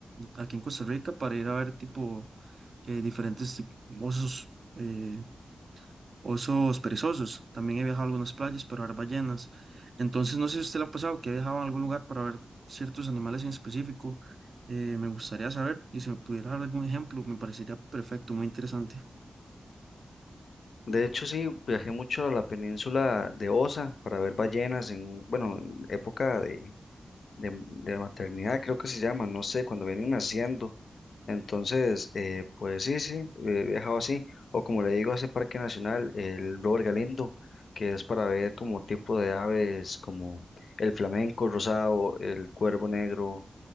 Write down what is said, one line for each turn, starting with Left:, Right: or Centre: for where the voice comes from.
Right: aquí en Costa Rica para ir a ver tipo eh, diferentes tip- osos. eh, Osos perezosos. También he viajado a algunas playas para ver ballenas. Entonces, no sé si a usted le ha pasado que ha viajado a algún lugar para ver ciertos animales en específico. Eh, me gustaría saber y si me pudiera dar algún ejemplo, me parecería perfecto, muy interesante.
Left: De hecho, sí, viajé mucho a la península de Osa para ver ballenas en, bueno, en época de, de, de maternidad, creo que se llama, no sé, cuando vienen naciendo. Entonces, eh, pues sí, sí, he viajado así. O como le digo, a ese parque nacional, el Robert Galindo, que es para ver como tipo de aves como el flamenco rosado, el cuervo negro